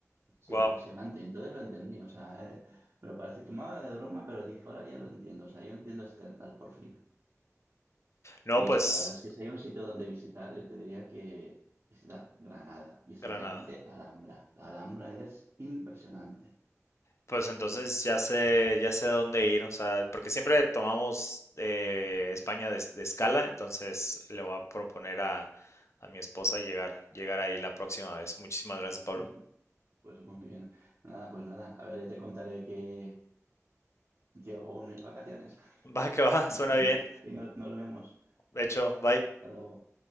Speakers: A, on the right; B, on the left.
A: es
B: wow,
A: impresionante. Y entonces lo entendí, o sea, eh, me lo parecía tomaba de broma, pero dije, ahora ya lo entiendo, o sea, yo entiendo Stendhal por fin.
B: no,
A: Y
B: pues,
A: eso, la verdad es que si hay un sitio donde visitar, yo te diría que visitar Granada y especialmente
B: Granada,
A: la Alhambra. La Alhambra es impresionante.
B: Pues entonces ya sé, ya sé dónde ir, o sea, porque siempre tomamos eh, España de, de escala, entonces le voy a proponer a, a mi esposa llegar, llegar ahí la próxima vez. Muchísimas gracias, Pablo.
A: <laughs> Pues muy bien. Nada, pues nada. A ver, ya te contaré qué, qué hago en mis vacaciones. <laughs>
B: <laughs> Va que va, suena
A: Y nos,
B: bien.
A: y nos nos vemos.
B: De hecho, bye.
A: Hasta luego.